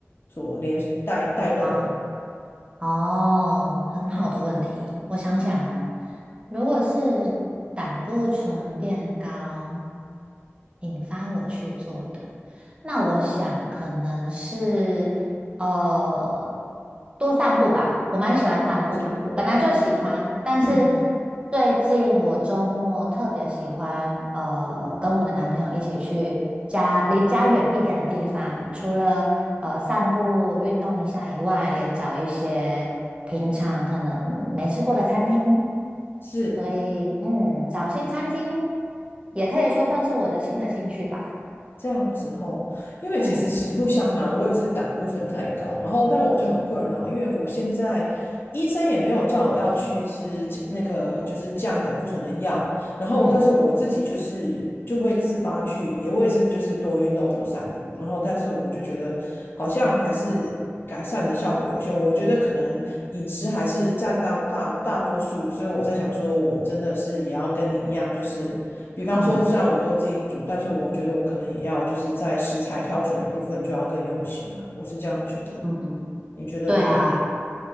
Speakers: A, on the left; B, on the right.
A: 所连带带动的，
B: 啊哦，很好的问题。我想想哦，如果是胆固醇变高引发我去做的，那我想可能是呃，多散步吧，我蛮喜欢散步，
A: 我是很波后。
B: 本来就喜欢，但是
A: <clears throat>
B: 最近我周末特别喜欢，呃，跟我的男朋友一起去家离家远一点的地方，除了呃散步运动一下以外，也找一些平常可能没吃过的餐厅，
A: 是
B: 所以嗯，找新餐厅也可以说算是我的新的兴趣吧，
A: 这样子吼，因为其实实不相瞒，
B: 嗯
A: 我也是胆固醇太高，然后但我就很困扰，因为我现在医生也没有叫我要去吃那个就是降胆固醇的药，然后，
B: 嗯
A: 但是我自己就是就会自发去，也我也是就是多运动多散步，然后但是我就觉得好像还是改善的效果有限，我觉得可能饮食还是占大大大多数，所以我在想说，我真的是也要跟你一样，就是比方说虽然我都自己煮，
B: 嗯。
A: 但是我觉得我可能也要就是在食材挑选的部分就要更用心了。我是这样觉得，
B: 嗯嗯，
A: 你觉得呢？
B: 对啊。